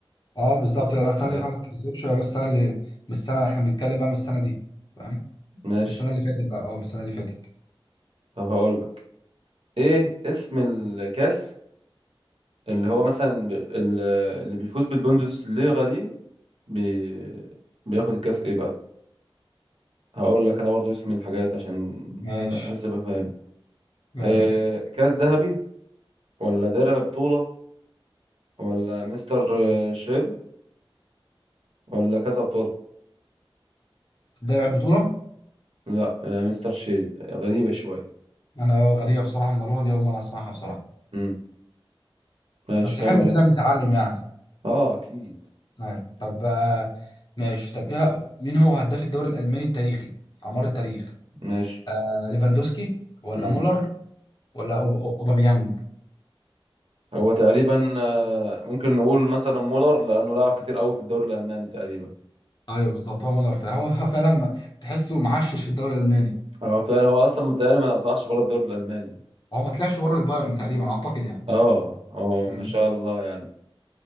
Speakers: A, on the left; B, on the right.
A: اه بالظبط لا السنه
B: آه.
A: دي خلاص ما تتحسبش اه، من السنه اللي من السنه احنا بنتكلم بقى من السنه دي تمام
B: ماشي
A: من السنه اللي فاتت بقى اه من السنه اللي فاتت
B: طب هقول لك ايه اسم الكاس اللي هو مثلا ب... ال- اللي بيفوز بالبوندسليغا دي بي... بياخد الكاس ايه بقى هقول لك انا برضو اسم الحاجات عشان
A: ماشي
B: بحس ابقى فاهم
A: ماشي
B: إيه كاس ذهبي ولا درع بطولة ولا مستر آه، شيل ولا كاس أبطال
A: ده لعب بطوله
B: لا آه، مستر شيل غريبة شوية
A: انا غريبه بصراحه المعلومه دي اول مره اسمعها بصراحه
B: مم. ماشي
A: بس
B: كمل
A: حلو
B: أنت
A: كده بنتعلم يعني
B: اه أكيد
A: آه. طب آه، ماشي طب ايه مين هو هداف الدوري الالماني التاريخي على مر التاريخ
B: ماشي
A: آه ليفاندوسكي ولا
B: مم.
A: مولر ولا أوب- أوب- اوباميانج
B: هو تقريبا آه، ممكن نقول مثلا مولر لأنه لعب كتير قوي في الدوري الألماني تقريبا
A: ايوه بالظبط هو مولر فهو <laughs> فعلا ما- تحسه معشش في الدوري الالماني
B: اه فعلا هو أصلا متهيألي ما طلعش بره الدوري الألماني
A: هو ما طلعش بره البايرن تقريبا اعتقد يعني
B: اه اه
A: امم
B: ما شاء الله يعني